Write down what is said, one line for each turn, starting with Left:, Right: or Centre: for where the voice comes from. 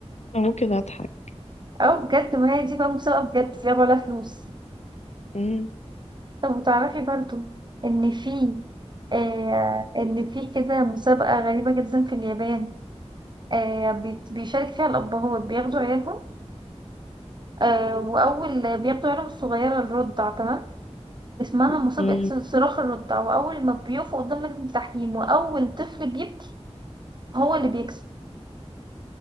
Left: انا ممكن اضحك
Right: اه بجد ما هي دي بقى مسابقة بجد بيلعبوا عليها فلوس
Left: مم.
Right: طب تعرفي برضو ان في آه ان في كده مسابقة غريبة جدا في اليابان آه بيت- بيشارك فيها الابهات بياخدوا عيالهم آه واول بياخدوا عيالهم الصغيرة الرضع تمام اسمها مسابقة
Left: مم.
Right: ص- صراخ الرضع واول ما بيقفوا قدام لجنة التحكيم واول طفل بيبكي هو اللي بيكسب